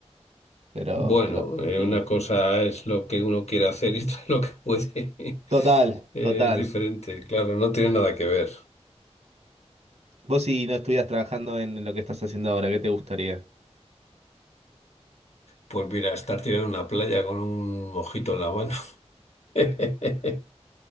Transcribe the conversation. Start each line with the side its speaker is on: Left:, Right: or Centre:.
Right: Pero,
Left: Bueno,
Right: pero,
Left: eh,
Right: sí,
Left: una
Right: no.
Left: cosa es lo que uno quiere hacer y otra lo que puede. <laughs>
Right: total,
Left: Eh,
Right: total.
Left: Es diferente, claro, no tiene nada que ver.
Right: Vos si no estuvieras trabajando en lo que estás haciendo ahora, ¿qué te gustaría?
Left: Pues mira, estar tirando en una playa con un mojito en la mano. <laughs>